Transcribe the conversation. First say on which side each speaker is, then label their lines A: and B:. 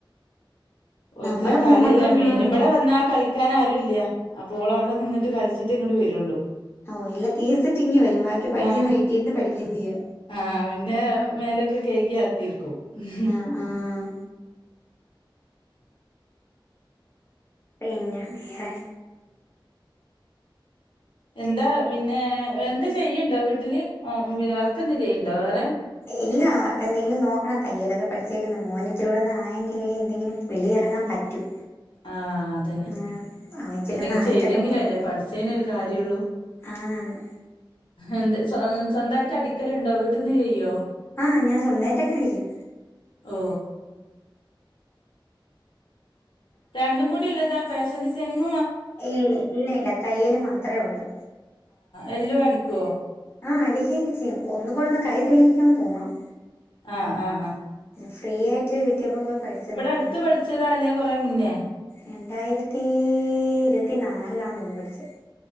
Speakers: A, on the left; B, on the left.
A: ഓൽക്ക്
B: നമ്മളെ
A: കളിയല്ലേ
B: മക്കളൊന്നും
A: മെയിൻ ഇവിടെ വന്നാ കളി കളികിക്കാൻ ആരുല്ല അപ്പോൾ അവിടെ നിന്നിട്ട് കളിച്ചിട്ട് ഇങ്ങോട്ട് വേരോള്ളൂ
B: ഓ എല്ലാം തീർത്തിട്ടിങ്ങി വരും ബാക്കി പഠിക്കന്ന്
A: ആ
B: വീട്ടിന്ന് പഠിക്കയും ചെയ്യാ
A: ആ പിന്നെ മേലൊക്കെ കൈകി ആത്തിരിക്കും ഉം
B: ആഹ് ആഹ് പിന്നേ വേറെ
A: എന്താ പിന്നെ എന്താ ചെയ്യ്ണ്ടോ വീട്ടില് പിന്നെ വർക്ക് എന്തേ ചെയ്യുന്നുണ്ടോ വേറെ
B: എല്ല വർക്കെന്തെങ്കിലും നോക്കണം തയ്യലൊക്കെ പഠിച്ചിരിക്കുന്ന മോന് ഇത്തിരിയൂടെ ഒന്ന് ആയെങ്കില് എന്തെങ്കിലും വെളിയിറങ്ങാൻ പറ്റും
A: ആഹ അതന്നെ
B: ആഹ് അവൻ ഇച്ചിരി
A: എന്തെങ്കി
B: ഒന്ന് ആയിട്ടൊക്കെ
A: ചെയ്തെങ്കില
B: പോണം
A: അല്ലേ പഠിച്ചേനെ ഒരു കാര്യള്ളൂ
B: ആണാണ്
A: എന്ത് സ്വന്തമായിട്ട് അടിക്കലുണ്ടോ വീട്ട്ന്ന് ചെയ്യോ
B: ആഹ ഞാൻ സ്വന്തമായിട്ടൊക്കെ അടിക്കും
A: ഓ രണ്ടും കൂടിള്ളതാ ഫാഷൻ സന <inaudible>
B: ഇ ഇല്ല ഇല്ല തയ്യൽ മാത്രമേ ഉള്ളു
A: എല്ലാം അടിക്കോ
B: ആ അടീക്കൊക്കെ ചെയ്യും ഒന്ന കൂടെ ഒന്ന് കൈ തെളിയിക്കാൻ പോണം
A: ആഹ ആഹ് ആഹ
B: ഫ്രീ ആയിട്ട് വീട്ടിലിരിക്കുമ്പോൾ പഠിച്ചതാഴിരുന്നു
A: അടുത്ത് പഠിച്ചതാ അല്ലേ കൊറെ മുന്നേ
B: രണ്ട് അഴിരതി ഇരു ഇരുപത്തി നാല് ആണെന്ന് തോന്നുന്നു പിഠിച്ചത്